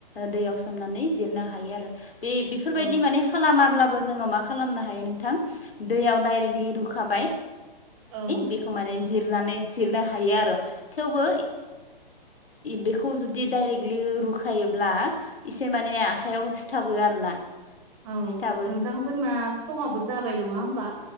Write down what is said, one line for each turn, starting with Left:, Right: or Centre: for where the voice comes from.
Left: दैयाव सोमनानै जिरनो हायो आरो। बे बेफोरबायदि
Right: औ
Left: माने खालामाब्लाबो जोङो मा खालामनो हायो हायो नोंथां दैयाव दाइरेकलि रुखांबाय
Right: औ
Left: बेखौ माने जिरना रनानै जिरनो हायो आरो थेवबो बेखौ जुदि डाइरेक्टलि रुखायोब्ला एसे माने आखायाव सिथाबो आरोना।
Right: औ
Left: सिथाबो
Right: नोंथां जोंना समाबो जाबाय नङा होमबा?